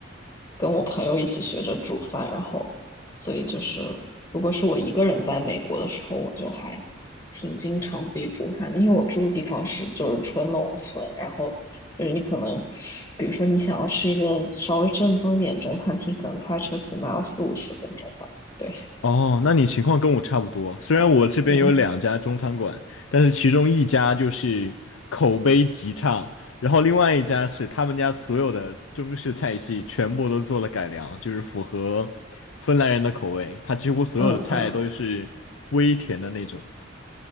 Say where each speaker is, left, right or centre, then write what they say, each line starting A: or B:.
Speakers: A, on the left; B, on the left.
A: 跟我朋友一起学着煮饭，然后所以就是如果是我一个人在美国的时候，我就还挺经常自己煮饭的，因为我住的地方是就是纯农村，然后就是你可能比如说你想要吃一个稍微正宗一点中餐厅，可能开车起码要四五十分钟吧。对，
B: 哦，那你情况跟我差不多。虽然我这边有两家中餐馆，
A: 嗯
B: 但是其中一家就是口碑极差，然后另外一家是他们家所有的中式菜系全部都做了改良，就是符合芬兰人的口味。它几乎所有的菜都是微甜的那种。
A: 嗯嗯，